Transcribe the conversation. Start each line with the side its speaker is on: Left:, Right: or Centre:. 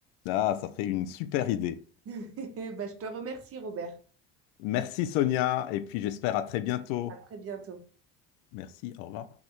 Left: Ah, ça ferait une super idée.
Right: <laughs> Bah, je te remercie, Robert.
Left: Merci Sonia, et puis j'espère à très bientôt.
Right: À très bientôt.
Left: Merci, au revoir.